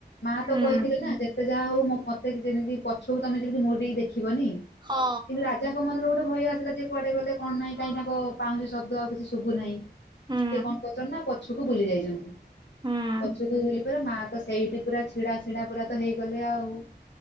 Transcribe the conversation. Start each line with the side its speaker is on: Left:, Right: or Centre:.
Left: ମା ତ
Right: ହୁଁ।
Left: କହିଥିଲେ ନା ଯେତେ ଯାହା ହଉ ମୋ ମତେ ଯେମିତି ପଛ କୁ ତମେ ଯେମିତି <unintelligible> ଦେଖି ବନି କିନ୍ତୁ
Right: ହଁ।
Left: ରାଜ ଜା ଙ୍କ ମନରେ ଗୋଟେ ଭୟ ଆସିଲା ଯେ କୁଆଡେ ଗଲେ କଣ ନାହିଁ କାଇଁ ତାଙ୍କ ପାଉଁଛି ଶବ୍ଦ ଆଉ କିଛି ଶୁ ବୁ ନାହିଁ।
Right: ହୁଁ
Left: ସେ କଣ କରୁଛନ୍ତି ନା ପଛକୁ ବୁଲି ଯାଇଛନ୍ତି।
Right: ହୁଁ।
Left: ପଛୁକୁ ବୁଲି ପଲେ ମା ତ ସେଇଠି ପୁରା ଛିଡା ଛିଡା ପୁରା ତ ହେଇଗଲେ ଆଉ।